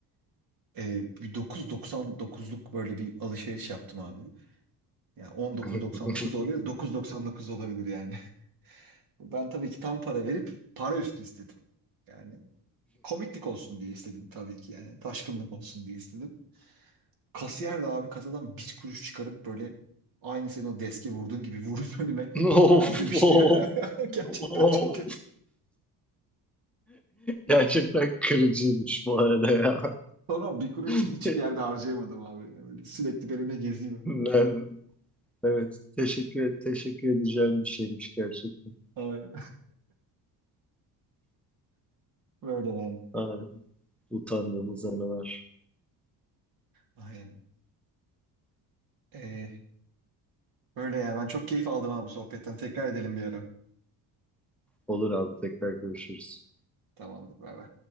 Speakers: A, on the right; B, in the centre.
A: Ee, bir 9.99'luk böyle bir alışveriş yaptım abi. Yani 19.99
B: <laughs>
A: olabilir, 9.99 olabilir yani. <laughs> Ben tabii ki tam para verip para üstü istedim. Yani komiklik olsun diye istedim tabii ki yani. Taşkınlık olsun diye istedim. Kasiyer de abi kasadan bir kuruş çıkarıp böyle aynı senin o deske vurduğun gibi vurup önüme
B: Of
A: <laughs> al demişti
B: of.
A: ya. <laughs> Gerçekten
B: Of.
A: çok kötü.
B: Gerçekten kırıcıymış bu arada ya.
A: Sonra bir kuruşu
B: <laughs>
A: hiçbir yerde harcayamadım abi. Yani Böyle sürekli benimle geziyor.
B: Ben, evet teşekkür teşekkür edeceğim bir şeymiş gerçekten.
A: Aynen. <laughs> Böyle yani.
B: Ay, utandığımız anılar.
A: Aynen. Ee, öyle yani. Ben çok keyif aldım abi bu sohbetten. Tekrar edelim bir ara.
B: Olur abi tekrar görüşürüz.
A: Tamamdır. Bay bay.